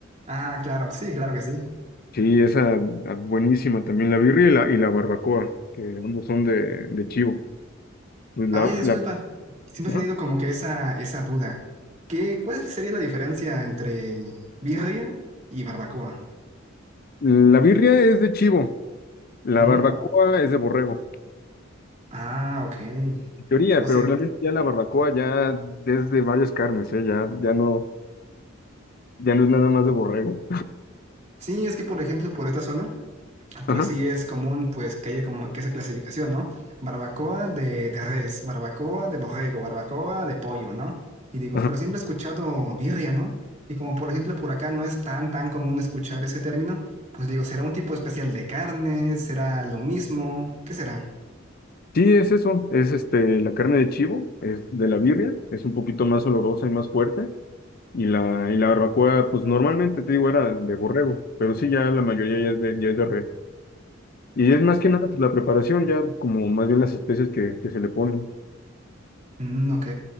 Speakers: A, on the right; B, on the left.
A: Ah, claro, sí, claro que sí.
B: Sí, esa ah, buenísima también, la birria y la, y la barbacoa, que ambos son de, de chivo. Pues La,
A: Ah, oye, disculpa,
B: la,
A: siempre
B: ajá.
A: he tenido como que esa, esa duda. ¿Qué, cuál sería la diferencia entre birria y barbacoa?
B: La birria es de chivo, la
A: Ujú.
B: barbacoa es de borrego,
A: Ah, ok.
B: en teoría,
A: O sea,
B: pero realmente ya la barbacoa ya es de varias carnes, ¿eh? Ya, ya no, ya no es nada más de borrego.
A: Sí, es que por ejemplo por esta zona, pues
B: Ajá,
A: sí es común pues que haya como que esa clasificación, ¿no? Barbacoa de, de res, barbacoa de borrego, barbacoa de pollo, ¿no? Y digo,
B: ajá.
A: pero siempre he escuchado birria, ¿no? Y como por ejemplo por acá no es tan tan común escuchar ese término, pues digo, ¿será un tipo especial de carne? ¿Será lo mismo? ¿Qué será?
B: Sí, es eso, es este, la carne de chivo, es de la birria, es un poquito más olorosa y más fuerte. Y la, y la barbacoa, pues normalmente te digo, era de borrego, pero sí, ya la mayoría ya es de, ya es de res. Y es más que nada pues, la preparación, ya como más bien las especies que, que se le ponen.
A: Mm, ok.